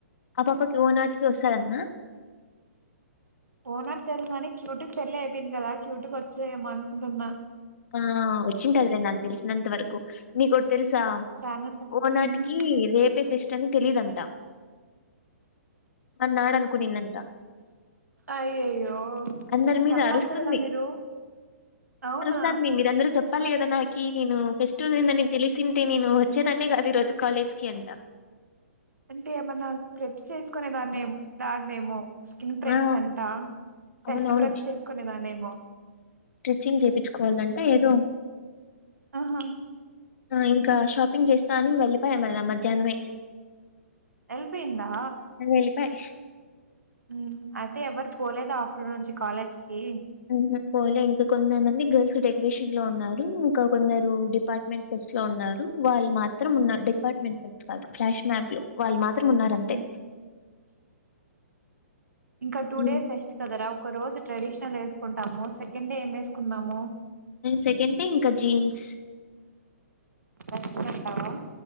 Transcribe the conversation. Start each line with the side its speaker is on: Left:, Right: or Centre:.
Left: అప్పప్పాకి ఓనాట్ కోసన్న
Right: పోనత్ తెల్ గనీ క్యూటిక్ పెళ్లి అయిపోయింది కదా క్యూటు గా వచ్చాయేమో అనుకుంటున్నా
Left: ఆ వచ్చింటది లే నాకు తెలిసి ఎంత వరకు నీ కొ తెలుసా
Right: చానా స
Left: ఓనాటికి
Right: ఉమ్
Left: రేపు పే ఫెస్ట్ అని తెలిదంట మన్నాడు అనుకునిందంట
Right: అయ్యయ్యో
Left: అందరి మీద
Right: చెప్పాలి
Left: అరుస్తుంది.
Right: కదరా మీరు అవునా
Left: సార్ మీరందరూ చెప్పాలి కద్ తనకి నేను ఫెస్ట్ ఉన్నింది అని తెలిసిన్ టే నేను వచ్చేదాన్నే కాదు ఈ రోజు కాలేజ్ కి అంటా
Right: అంటే ఏమన్నా కెప్స్ చేసుకునే దాన్ని దేమో స్కిన్ ప్రేప్స్
Left: ఆ!
Right: అంటా
Left: అవునవును.
Right: ఫెస్ట్ ప్రెప్స్ చేసుకునేదాన్ని ఏమో
Left: చ్చిం చేయిించుకోవాలంటే ఏదో
Right: ఆహా
Left: ఆ ఇంకా షాపింగ్ చేస్తా అని వెళ్ళిపాయా మదా మధ్యాహ్నమే
Right: ఎల్లిపోయిందా
Left: వెళ్ళిపాయి.
Right: మ్మ్ అయితే ఎవరు పోలేదు ఆఫ్టర్నూన్ నుంచి కాలేజ్ కి
Left: హ పోలే ఇంకా కొంద మంది గర్ల్స్ ఉ రేషన్ లో ఉన్నారు ఇంకా కొందరు డిపార్ట్మెంట్ ఫెస్ట్ లో ఉన్నారు ఉ వాళ్ళు మాత్ ఇద్దరం ఉన్నారు డిపార్ట్మెంట్ ఫస్ట్ కాదు ఫ్లాష్ మ్యాప్ లో వాళ్ళు మాత్ ఇద్దరం ఉన్నారు అంతే
Right: ఉమ్, ఇంకా టూ
Left: హ్మ్.
Right: డేస్ ఫెస్ట్ కదరావు ఒక రోజు ట్రెడిషనల్ వేసుకుంటాము సెకండ్ డే ఏం వేసుకుందాము
Left: సెకండ్ డే ఇంకా జీన్స్
Right: బెస్ట్ అంటవా